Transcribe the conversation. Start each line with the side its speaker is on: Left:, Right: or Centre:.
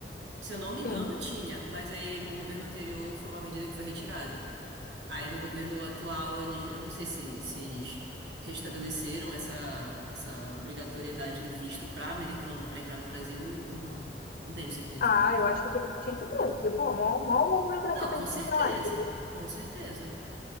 Right: se eu não me
Left: sim.
Right: engano, tinha, mas aí no governo anterior foi uma medida que foi retirada. Aí no governo atual, eles, eu não sei se, se eles restabeleceram essa, essa obrigatoriedade do visto para americano para entrar no Brasil ou não. Não tenho certeza.
Left: Ah, eu acho que tem- tinha que ter, porque, pô, mó, mó uma burocracia
Right: Não,
Left: pra
Right: com
Left: gente
Right: certeza.
Left: ir pra lá, entendeu?
Right: Com certeza.